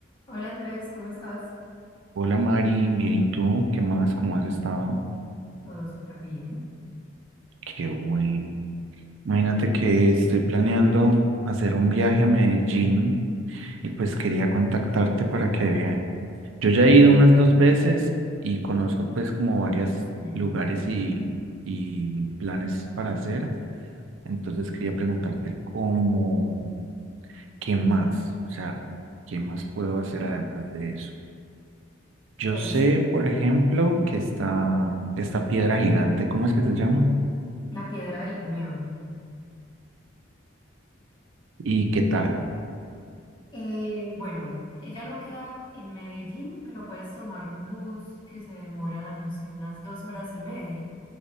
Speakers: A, on the left; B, on the right.
A: Hola Andrés, ¿cómo estás?
B: Hola Mari, bien y tú, ¿qué más? ¿Cómo has estado?
A: Todo súper bien.
B: Qué bueno. Imagínate que estoy planeando hacer un viaje a Medellín y pues quería contactarte para que yo ya he ido unas dos veces y conozco pues como varios
A: Mm.
B: lugares y, y planes para hacer. Entonces quería preguntarte cómo, ¿qué más? O sea, ¿qué más puedo hacer además de eso? Yo
A: Pues
B: sé, por ejemplo, que está esta piedra gigante, ¿cómo es que se llama?
A: la Piedra del Peñón.
B: ¿Y qué tal?
A: Eh, bueno, ella no queda en Medellín, pero puedes tomar un bus que se demora, no sé, unas dos horas y media.